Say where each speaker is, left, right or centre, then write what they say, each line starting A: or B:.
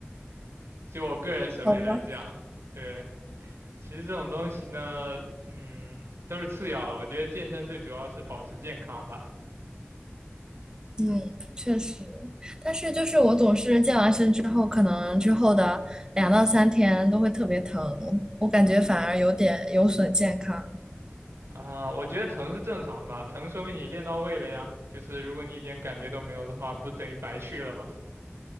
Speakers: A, on the right (about 80°); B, on the right (about 20°).
A: 就我个人审美来讲，
B: 好吧。
A: 对，其实这种东西呢，嗯，都是次要的，我觉得健身最主要是保持健康吧。
B: 嗯，确实，但是就是我总是健完身之后，可能之后的两到三天都会特别疼，我感觉反而有点有损健康。
A: 啊，我觉得疼是正常的吧，疼说明你练到位了呀。就是如果你一点感觉都没有的话，不等于白去了吗？<laughs>